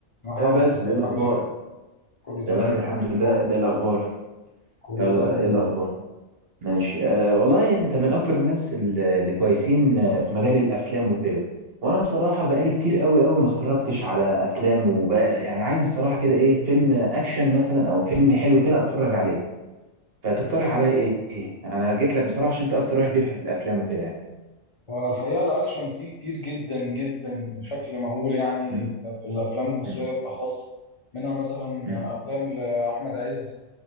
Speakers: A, on the left; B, on the right.
A: يا حمزة
B: يا باسل
A: ازيك
B: ايه الاخبار
A: عامل ايه؟ كله تمام
B: تمام
A: انت
B: الحمد لله
A: اخبارك؟
B: انت ايه الاخبار
A: كله
B: يلا
A: تمام
B: ايه الاخبار ماشي آه والله انت من اكتر الناس ال- اللي كويسين آه، في مجال الافلام وكده وانا بصراحه بقالي كتير قوي قوي ما اتفرجتش على افلام وبقى يعني عايز الصراحه كده ايه فيلم اكشن مثلا او فيلم حلو كده اتفرج عليه فتقترح عليا ايه ايه انا جيت لك بصراحه عشان انت اكتر واحد بيفهم في الافلام وكده يعني
A: والحقيقة الأكشن فيه كتير جدا جدا بشكل مهول يعني
B: مم،
A: في الأفلام المصرية
B: مم،
A: بالأخص منها مثلا
B: مم،
A: أفلام لأحمد عز